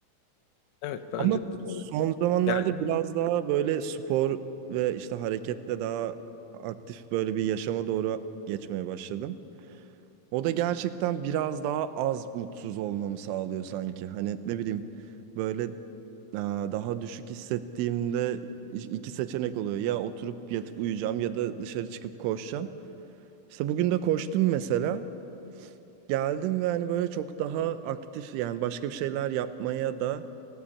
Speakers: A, on the left; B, on the right.
A: Evet bence
B: Ama
A: de
B: son
A: öyle.
B: zamanlarda
A: Yani
B: biraz daha böyle spor ve işte hareketle daha aktif böyle bir yaşama doğru geçmeye başladım. O da gerçekten biraz daha az mutsuz olmamı sağlıyor sanki. Hani ne bileyim böyle e, daha düşük hissettiğimde iki seçenek oluyor. Ya oturup yatıp uyuyacağım ya da dışarı çıkıp koşacağım. İşte bugün de koştum mesela. Geldim ve hani böyle çok daha aktif yani başka bir şeyler yapmaya da